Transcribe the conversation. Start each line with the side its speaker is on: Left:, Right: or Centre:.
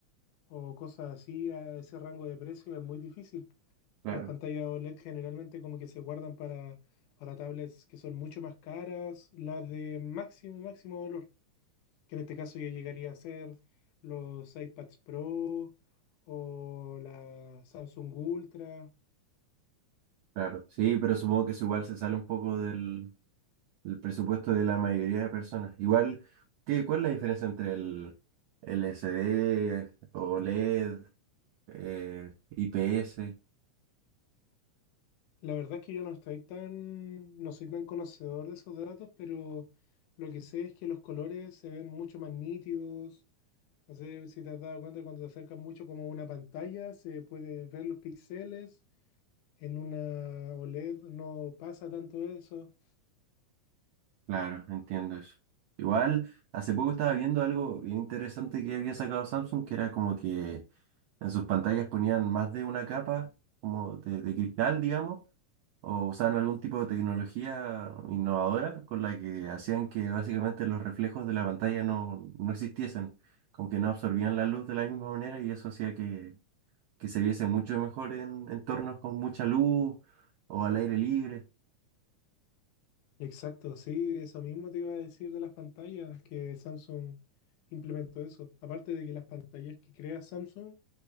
Left: o cosas así a ese rango de precio es muy difícil.
Right: Claro,
Left: Las pantallas OLED generalmente como que se guardan para, para tablets que son mucho más caras, las de máximo, máximo valor, que en este caso ya llegaría a ser los iPads Pro o la Samsung Ultra
Right: claro. Sí, pero supongo que eso igual se sale un poco del, del presupuesto de la mayoría de personas. Igual, ¿qué, cuál es la diferencia entre el L C d OLED, eh, IPS?
Left: La verdad es que yo no estoy tan, no soy tan conocedor de esos datos, pero lo que sé es que los colores se ven mucho más nítidos. No sé si te has dado cuenta cuando te acercas mucho como a una pantalla, se puede ver los píxeles. En una OLED no pasa tanto eso.
Right: Claro, entiendo eso. Igual, hace poco estaba viendo algo bien interesante que había sacado Samsung, que era como que en sus pantallas ponían más de una capa como de, de cristal, digamos, o usaban algún tipo de tecnología innovadora con la que hacían que básicamente los reflejos de la pantalla no, no existiesen, como que no absorbían la luz de la misma manera y eso hacía que, que se viese mucho mejor en entornos con mucha luz o al aire libre.
Left: Exacto, sí, eso mismo te iba a decir de las pantallas, que Samsung implementó eso. Aparte de que las pantallas que crea Samsung